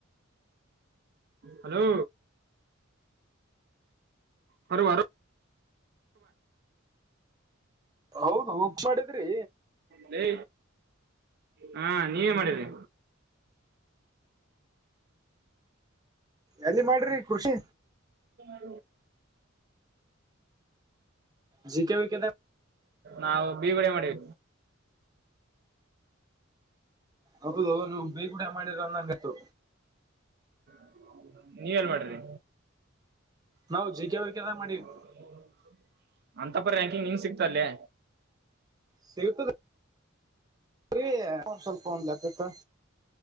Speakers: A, on the right; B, on the right.
A: ಹಲೋ ಹೊ ಬಾರ
B: ಹೌದು ಹೋಗ್ ಮಾಡಿದ್ರಿ
A: ಲ ಹಾ ನೀವೇ ಮಾಡಿದ್ರಿ
B: ಎಲ್ಲಿ ಮಾಡ್ರಿ ಖುಷಿ
A: ಹ
B: ಜಿ ಕೆವಿ ಕೆ
A: ನಾವು ಬೀಗಳ ಮಾಡಿವ
B: ಹೌದು ನೀ ಬೇಗೂಡ ಮಾಡಿರ ಅಂದಂಗತ್ತು
A: <inaudible> ನೀವ ಎಲ್ ಮಾಡ್ರಿ
B: ನಾವು
A: <inaudible>
B: ಜಿ ಕೆ ವಿ ಕೆದಾಗ ಮಾಡಿವಿ
A: ಅಂತಪ್ಪ ರ್ಯಾಂಕಿಂಗ್ ನಿಂಗ ಸಿಕ್ತಲ್ಲೆ
B: ಸಿಗತದೆ ಬ್ರೀ <unintelligible> ಸ್ವಲ್ಪ ಒಂದ್ಲತತ್ತ